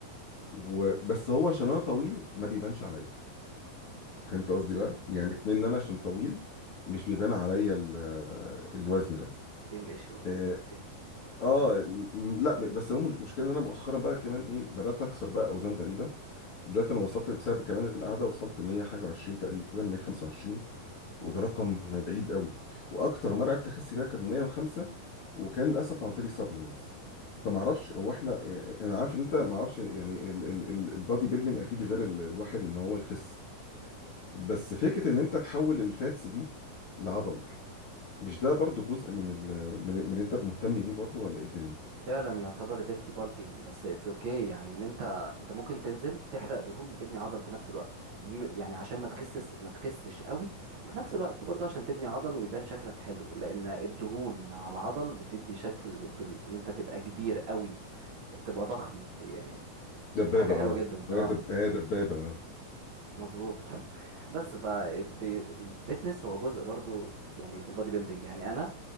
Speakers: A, on the left; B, on the right.
A: وبس هو عشان انا طويل ما بيبانش عليا فهمت قصدي بقى يعني كمان انا عشان طويل مش بيبان عليا ال- الوزن ده
B: سيم ايشو بس
A: اه
B: اوكي
A: آه، م- لا ب- بس هو مش- مشكلة ان انا مؤخرا بقى كمان ايه بدات اكسر بقى اوزان غريبه دلوقتي انا وصلت بسبب كمان القعده وصلت 100 حاجه و20 تقريبا 125
B: مم.
A: وده رقم بعيد قوي واكتر مره عرفت اخس بيها كان 105 وكان للاسف عن طريق سبلمنتس فما اعرفش هو احنا آه، انا عارف ان انت ما اعرفش يعني البادي بيلدينج اكيد غير ال- الواحد ان هو يخس بس فكره ان انت تحول الفاتس دي لعضل مش ده برضو جزء من ال من, من اللي انت مهتم بيه برضو ولا ايه الدنيا
B: فعلا يعتبر ديرتي بالكينج بس اتس اوكي okay. يعني ان انت انت ممكن تنزل تحرق دهون وتبني عضل في نفس الوقت م- يعني عشان ما تخسس ما تخسش قوي وفي نفس الوقت برضه عشان تبني عضل ويبان شكلك حلو لان الدهون مع العضل بتدي شكل بال... ان انت تبقى كبير قوي بتبقى ضخم يعني
A: دبابه
B: ودي حاجة حلوة
A: اه
B: جدا
A: لا
B: اه
A: دب... دبابة اه اه دبابه اه
B: مظبوط <laughs> بس فالفتنس هو جزء برضو يعني في البادي بيلدينج يعني انا